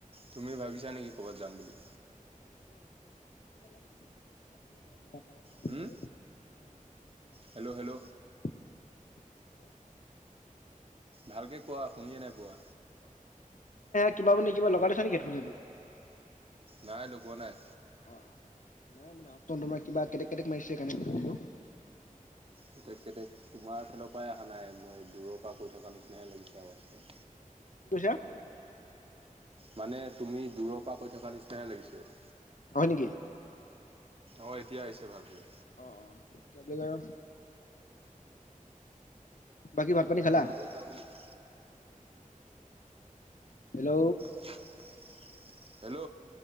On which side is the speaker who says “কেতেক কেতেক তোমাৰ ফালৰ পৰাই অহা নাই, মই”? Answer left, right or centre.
Right